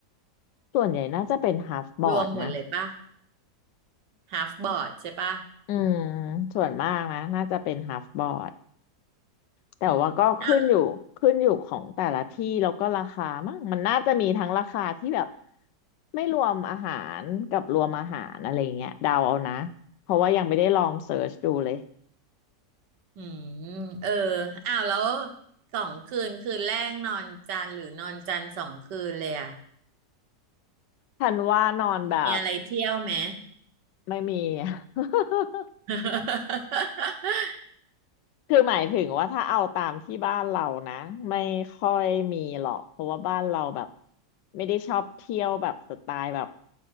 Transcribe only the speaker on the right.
รวมหมดเลยป่ะ half board ใช่ป่ะ
อืม
อืมเอออ้าวแล้วสองคืนคืนแรกนอนจันทร์หรือนอนจันทร์สองคืนเลยอะ
มีอะไรเที่ยวไหม
<laughs>